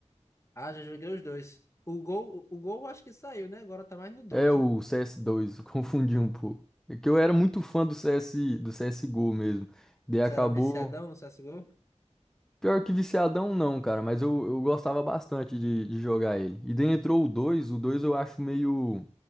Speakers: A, on the left; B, in the centre.
A: Ah, já joguei os dois. O Gol, o, Gol eu acho que saiu, né? Agora tá mais no 2,
B: É o
A: né?
B: cs dois <laughs> eu confundi um pouco. É que eu era muito fã do CS, do CS:GO mesmo. Daí
A: Você
B: acabou
A: era viciadão no CSGO?
B: Pior que viciadão não, cara, mas eu, eu gostava bastante de, de jogar ele. E daí entrou o dois o 2 eu acho meio.